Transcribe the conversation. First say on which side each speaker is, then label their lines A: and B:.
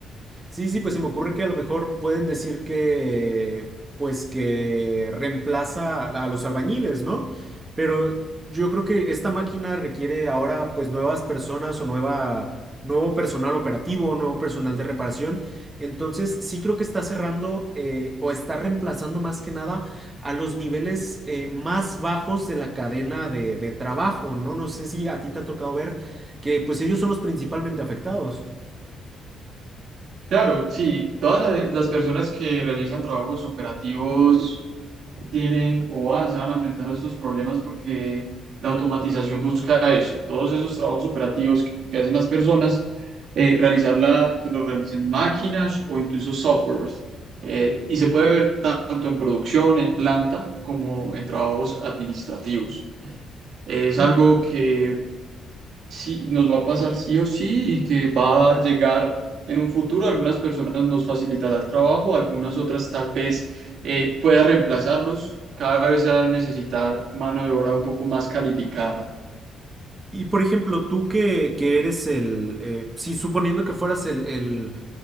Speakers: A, on the right; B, on the right.
A: Sí, sí, pues se me ocurre que a lo mejor pueden decir que, pues que reemplaza a los albañiles, ¿no? Pero yo creo que esta máquina requiere ahora pues nuevas personas o nueva, nuevo personal operativo, nuevo personal de reparación. Entonces sí creo que está cerrando eh, o está reemplazando más que nada a los niveles eh, más bajos de la cadena de, de trabajo, ¿no? No sé si a ti te ha tocado ver que pues ellos son los principalmente afectados.
B: Claro, sí, todas la- las personas que realizan trabajos operativos tienen o van, se van a enfrentar a esos problemas porque la automatización busca eso, todos esos trabajos operativos que, que hacen las personas, eh, realizarla, que lo realicen máquinas o incluso softwares. Eh, y se puede ver tanto en producción, en planta, como en trabajos administrativos. Es
A: Y
B: algo que sí, nos va a pasar sí o sí y que va a llegar en un futuro. Algunas personas nos facilitará el trabajo, algunas otras tal vez eh, pueda reemplazarnos. Cada vez se va a necesitar mano de obra un poco más calificada.
A: Y por ejemplo, tú que, que eres el, eh, sí, suponiendo que fueras el, el,